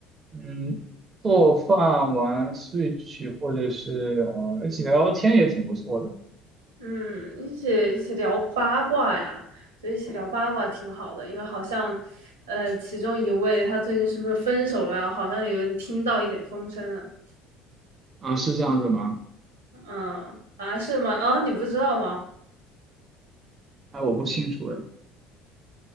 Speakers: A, on the right; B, on the right.
A: 嗯，做饭、玩 Switch 或者是呃一起聊聊天也挺不错的。
B: 嗯，一起一起聊八卦呀，所以一起聊八卦挺好的，因为好像呃其中一位他最近是不是分手了呀？好像有人听到一点风声啊，
A: 啊，是这样子吗？
B: 嗯啊是吗？啊你不知道吗？
A: 哎，我不清楚哎。